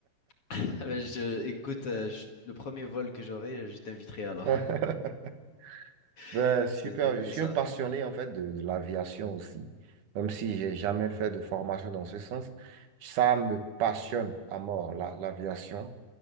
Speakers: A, on the left; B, on the right.
A: <laughs> bah, je, écoute, euh, je- le premier vol que j'aurai, je t'inviterai alors.
B: <laughs> Ben,
A: <laughs>
B: super,
A: C'est, donc,
B: je
A: c'est
B: suis
A: ça.
B: un passionné en fait de, de l'aviation aussi, même si j'ai jamais fait de formation dans ce sens. Ça me passionne à mort, la- l'aviation.